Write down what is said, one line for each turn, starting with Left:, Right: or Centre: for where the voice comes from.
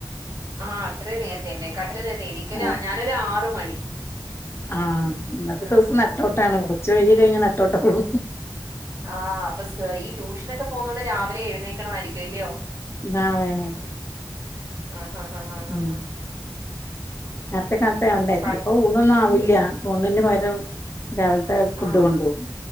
Right: ആഹ് അത്രയും നേരത്തെ എഴുന്നേക്കും. അത്രയും നേരത്തെ എനിക്കൊരു
Left: ആഹ്
Right: ഞാനൊരു ആറുമണി.
Left: ആഹ്. ഇന്നത്തെ
Right: ആഹ്
Left: ദിവസം നട്ടോട്ടാണ്. കുറച്ച് വയ്കി കഴിഞ്ഞ നട്ടോട്ടം ഓടും.
Right: ആഹ് അപ്പൊ സ ഈ ട്യൂഷനൊക്കെ പോകുന്നതോണ്ട് രാവിലെ എഴുന്നേക്കണയിരിക്കും. അല്ലയോ.
Left: നാ വേണേ.
Right: ആഹ് ആഹ് ആഹ് ആഹ്
Left: ഉം
Right: ആഹ്
Left: നേരത്തെ
Right: ഉം
Left: കാലത്ത ആവണ്ടേ.
Right: പ
Left: ചെലപ്പോ ഊണൊന്നും ആവുല്യാ. ഊണിന്നു പകരം രാവിലത്തെ ഫുഡ്
Right: ആഹ്
Left: കൊണ്ടു പോകും.